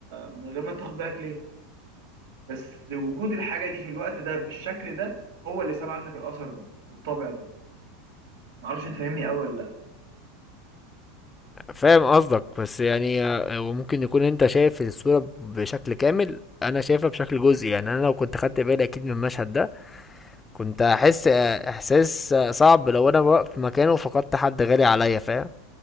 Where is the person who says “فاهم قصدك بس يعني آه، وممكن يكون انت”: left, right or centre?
Left